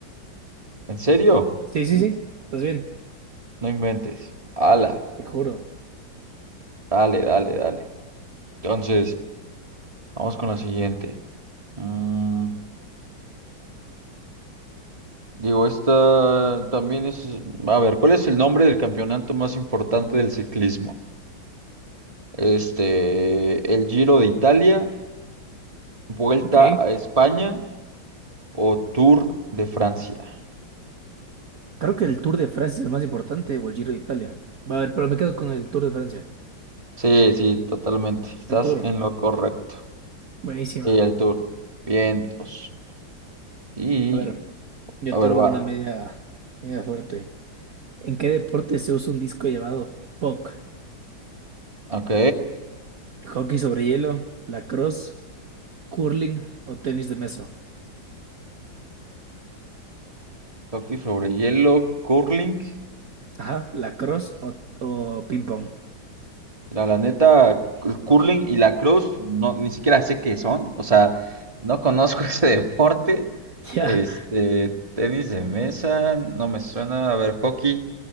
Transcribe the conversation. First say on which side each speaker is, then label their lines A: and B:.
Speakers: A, on the right (about 20°); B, on the right (about 50°).
A: ¿En serio?
B: Sí, sí, sí. Estás bien.
A: No inventes. Ala,
B: Te juro.
A: dale, dale, dale. Entonces, vamos con la siguiente. Mm, digo, esta también es. A ver, ¿cuál es el nombre del campeonato más importante del ciclismo? Este, el Giro de Italia, Vuelta
B: Ok.
A: a España o Tour de Francia.
B: Creo que el Tour de Francia es el más importante o el Giro de Italia. Va a ver, pero me quedo con el Tour de Francia.
A: Sí, sí, totalmente. Estás
B: El Tour.
A: en lo correcto.
B: Buenísima.
A: Y el Tour. Vientos. Y,
B: A ver, yo
A: a ver,
B: tengo
A: va.
B: una media, media fuerte. ¿En qué deporte se usa un disco llamado puck?
A: Ok.
B: ¿Hockey sobre hielo, lacrosse, curling o tenis de mesa?
A: Hockey sobre hielo, curling.
B: Ajá, lacrosse o, o ping pong. <laughs>
A: La la neta, el curling y la cross, no, ni siquiera sé qué son. O sea, no conozco <laughs> ese deporte.
B: Ya,
A: Este, tenis de mesa, no me suena. A ver, hockey